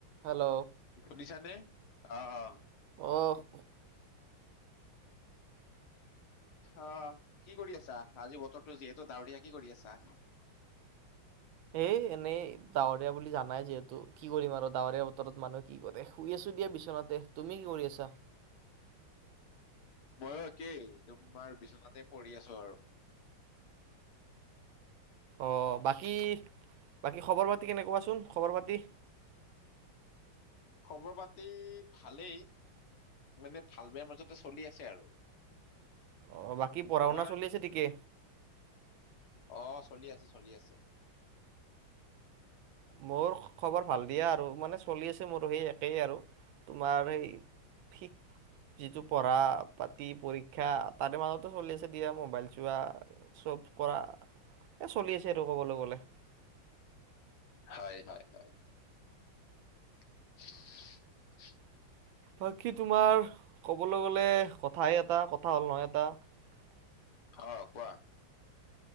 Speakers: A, on the right (about 75°); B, on the left (about 85°).
A: Hello
B: শুনিছানে? অ' অ'
A: অ'
B: অ' কি কৰি আছা? আজি বতৰটো যিহেতু ডাৱৰীয়া কি কৰি আছা?
A: হেই এনেই ডাৱৰীয়া বুলি জানাই যিহেতু কি কৰিম আৰু ডাৱৰীয়া বতৰত মানুহে কি কৰে শুই আছো দিয়া বিচনাতে, তুমি কি কৰি আছা?
B: মইয়ো একেই তোমাৰ বিচনাতে পৰি আছো আৰু,
A: অ' বাকী বাকী খবৰ পাতি কেনেকুৱাচোন খবৰ পাতি?
B: খবৰ পাতি ভালেই মানে ভাল বেয়া মাজতে চলি আছে আৰু।
A: অ বাকী পঢ়া
B: তোমাৰ?
A: শুনা চলি আছে ঠিকে?
B: অ', চলি চলি আছে।
A: মোৰ খবৰ ভাল দিয়া আৰু মানে চলি আছে মোৰ সেই একেই আৰু তোমাৰ সেই <unintelligible> যিটো পঢ়া পাতি পৰীক্ষা তাৰে মাজতে চলি আছে দিয়া মোবাইল চোৱা চব কৰা এ চলি আছে আৰু ক'বলৈ গ'লে।
B: হয় হয় হয়। <inaudible>
A: <unintelligible>
B: অ কোৱা?